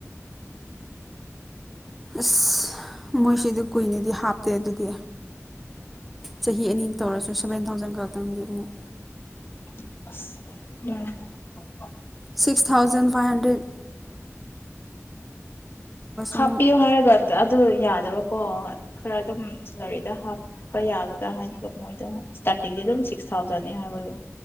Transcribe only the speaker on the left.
ꯎꯝ
ꯍꯥꯄꯤ
ꯑꯣꯍꯥꯒꯗ ꯑꯗ ꯑꯗꯨ ꯌꯥꯗꯕꯀꯣ ꯈꯔ ꯑꯗꯨꯝ ꯁꯦꯂꯔꯤꯗ ꯍꯥꯞꯄ ꯌꯥꯒꯗ꯭ꯔꯥ ꯍꯥꯏꯅꯒ ꯃꯣꯏꯗ ꯁ꯭ꯇꯥꯔꯇꯤꯡꯗꯤ ꯑꯗꯨꯝ ꯁꯤꯛꯁ ꯊꯥꯎꯖꯟꯅꯤ ꯍꯥꯏꯕꯒꯤ